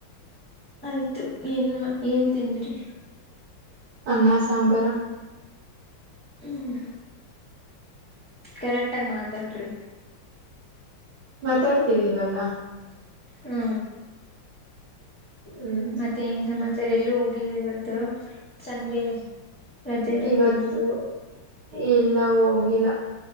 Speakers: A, in the centre; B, on the right.
A: ಆಯ್ತು ಏನ್ ಏನ್ ತಿಂದ್ರಿ
B: ಅ್ಣ ಸಾಂಬಾರ
A: ಹ್ಮ್ ಕರೆಕ್ಟ್ ಆಗ ಮಾತಾಡ್ರಿ
B: ಮಾತಾಡ್ತವಿವಲ್ಲ
A: ಹ್ಮ
B: ಹ್ಮ್
A: ಮತ್ತೆ ಏನ್ ಸಮಾಚಾರ ಎಲ್ಲೂ ಹೋಗಿಲ್ವ ಇವತ್ತು ಸಂಡೆ ರಜೆ ಇರುತ್ತಲ್ಲ
B: ಇವತ್ತು ಇಲ್ಲ ಹೋಗಿಲ್ಲ